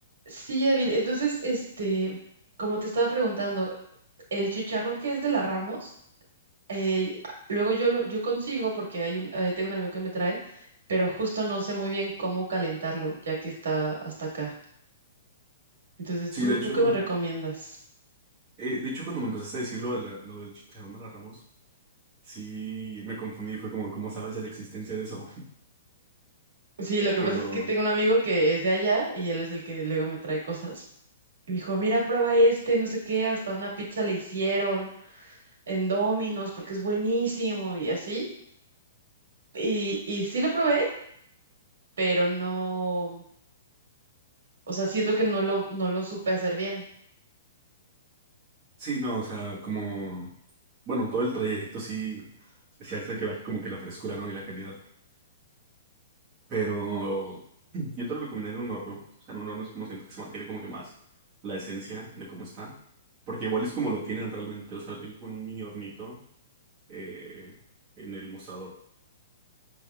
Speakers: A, on the right; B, on the right.
A: Sí, David. Entonces, este, como te estaba preguntando, el chicharrón que es de la Ramos, eh, luego yo lo, yo consigo porque hay un, eh, tengo un amigo que me trae, pero justo no sé muy bien cómo calentarlo, ya que está hasta acá. Entonces,
B: Sí,
A: ¿tú,
B: de hecho,
A: tú qué me recomiendas?
B: eh, de hecho cuando me empezaste a decir lo, de la- lo del chicharrón de la Ramos, sí me confundí, fue como, ¿cómo sabes de la existencia de eso? <laughs>
A: Sí, lo que
B: Pero
A: pasa es que tengo un amigo que es de allá y él es el que luego me trae cosas. Y me dijo, mira, prueba este, no sé qué, hasta una pizza le hicieron en Domino's porque es buenísimo y así. Y, y sí lo probé, pero no. O sea, siento que no lo, no lo supe hacer bien.
B: sí, no, o sea, como, bueno, todo el trayecto sí, sí hace que baje como que la frescura, ¿no? Y la calidad. Pero <clears throat> yo te lo recomendaría en un horno, o sea, en un horno es como siento que se mantiene como que más la esencia de cómo está, porque igual es como lo tienen realmente, o sea, lo tienen como en un mini hornito eh, en el mostrador.